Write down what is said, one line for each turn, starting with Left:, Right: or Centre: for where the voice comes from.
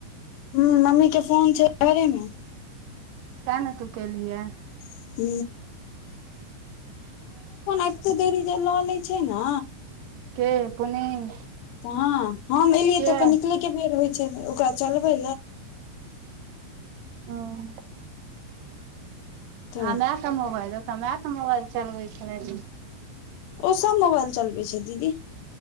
Left: ह मम्मी के फोन छैय घरे मे
Right: ते ने तू केलिहे
Left: <unintelligible> एते देरी जे लऽ लैय छैय न
Right: के पुनीत
Left: हँ हम एलियै
Right: के
Left: तऽ ओ कते बेर होय छैय ओकरा चलबै
Right: ह
Left: तऽ
Right: माय से मोबाइल ओतऽ मायके मोबाइल चलबै छलै
Left: ओ सभ मोबाइल चलबै छैय दीदी